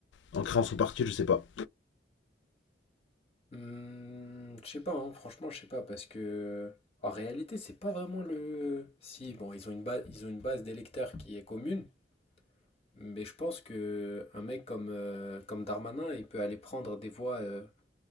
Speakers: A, on the left (about 75°); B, on the left (about 35°).
A: en créant son parti Je sais pas.
B: Mmh, je sais pas, hein, franchement, je sais pas, parce que en réalité, c'est pas vraiment le. Si, bon, ils ont une base, ils ont une base d'électeurs qui est commune, mais je pense que un mec comme, euh, comme Darmanin, il peut aller prendre des voix, euh,